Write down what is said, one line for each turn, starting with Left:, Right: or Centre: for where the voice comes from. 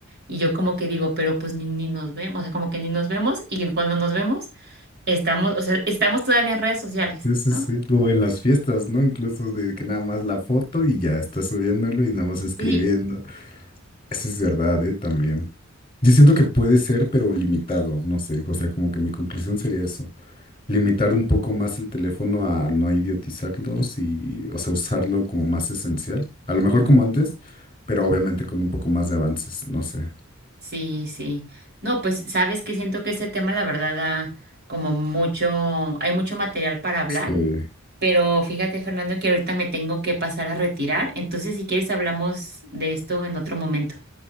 Right: Y yo como que digo, pero pues ni, ni nos vemos, o sea, como que ni nos vemos y cuando nos vemos, estamos, o sea, estamos todavía en redes sociales,
Left: Sí, sí,
Right: ¿no?
Left: sí. O en las fiestas, ¿no? Incluso de que nada más la foto y ya está subiéndolo y nada más escribiendo.
Right: Sí.
Left: Eso es verdad, ¿eh? También. Yo siento que puede ser, pero limitado, no sé. O sea, como que mi conclusión sería eso. limitar un poco más el teléfono a no idiotizarlos y, o sea, usarlo como más esencial. A lo mejor
Right: Ujú.
Left: como antes, pero obviamente con un poco más de avances, no sé.
Right: Sí, sí. No, pues sabes que siento que este tema, la verdad, da como mucho, hay mucho material para hablar.
Left: Este,
Right: Pero fíjate, Fernando, que ahorita me tengo que pasar a retirar. Entonces, si quieres, hablamos de esto en otro momento.